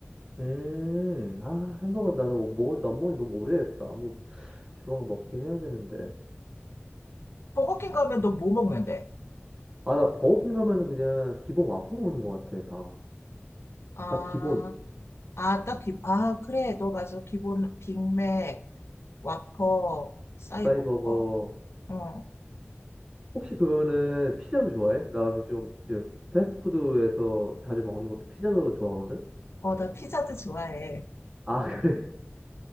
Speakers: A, on the right; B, on the left.
A: 음. 아, 햄버거 나는 뭐 먹, 난 먹은 지 너무 오래됐다. 뭐, 조만간 먹긴 해야 되는데.
B: 버거킹 가면 너 뭐 먹는데?
A: 아, 나 버거킹 가면은 그냥 기본 와퍼 먹는 것 같아, 다.
B: 아,
A: 다 기본.
B: 아, 딱히, 아, 그래, 너 맞아. 기본 빅맥, 와퍼, 사이버거.
A: 사이버거.
B: 어,
A: 혹시 그거는 피자도 좋아해? 나 좀 이제 패스트푸드에서 자주 먹는 것도 피자도 좋아하거든?
B: 어, 나 피자도 좋아해.
A: 아, 그래? <laughs>